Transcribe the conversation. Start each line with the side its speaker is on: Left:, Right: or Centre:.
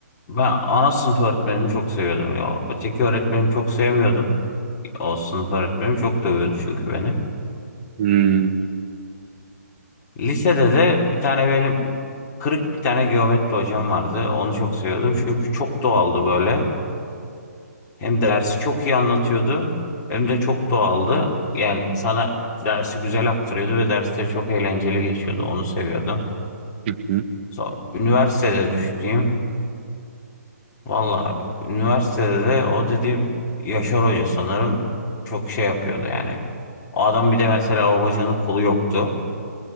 Left: ben ana sınıf öğretmenimi çok seviyordum ya. Öteki öğretmenimi çok sevmiyordum. O sınıf öğretmenim çok dövüyordu çünkü beni.
Right: Hmm.
Left: Lisede de bir tane benim kırık bir tane geometri hocam vardı. Onu çok seviyordum çünkü çok doğaldı böyle. Hem dersi çok iyi anlatıyordu hem de çok doğaldı. Yani sana dersi güzel aktarıyordu ve derste çok eğlenceli geçiyordu. Onu seviyordum.
Right: Hı hı.
Left: So üniversitede düşüneyim. Valla üniversitede de o dediğim Yaşar Hoca sanırım çok şey yapıyordu yani. O adam bir de mesela o hocanın kolu yoktu.